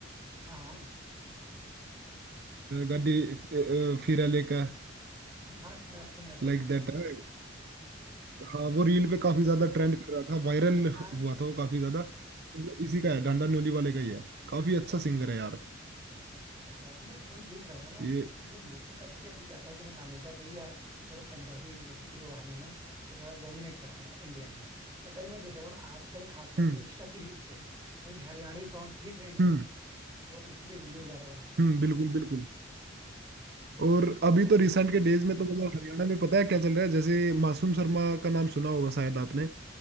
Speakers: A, on the right; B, on the right.
A: हाँ हाँ
B: गाड़ी अ, अ, फिरा लेकर
A: हाँ हाँ सुना है सुना है भाई
B: लाइक
A: सुना
B: दैट
A: है
B: है
A: सुना
B: हाँ
A: है यार
B: वो रील पे काफी ज्यादा ट्रेंड कर रहा था वायरल हुआ
A: हाँ
B: था वो काफी ज्यादा तो वो इसी का है डांडा न्योली वाले का ही है काफी अच्छा
A: अच्छा
B: सिंगर है यार
A: अच्छा नहीं यार वही देख रहा हूँ ना मैं
B: ये
A: मतलब लोगों का जैसे अभी क्या था कि मतलब हमेशा से ही यार थोड़े पंजाबी इंडस्ट्री के जो गाने हैं ना वो थोड़ा डोमिनेट करते हैं इंडिया में बट अभी मैं देख रहा हूँ ना आजकल खास करके
B: हम्म
A: इंस्टा की रील्स पे भाई हरियाणवी सॉन्ग्स ही ट्रेंड में
B: हम्म
A: है लोग इसी पे वीडियो ज्यादा बनाते हैं
B: हम्म बिल्कुल बिल्कुल और
A: ये चीज मैं
B: अभी
A: काफी
B: तो रिसेंट
A: नोटिस कर
B: के डेज में तो मतलब हरियाणा में पता है क्या चल रहा है जैसे मासूम शर्मा का नाम सुना होगा शायद आपने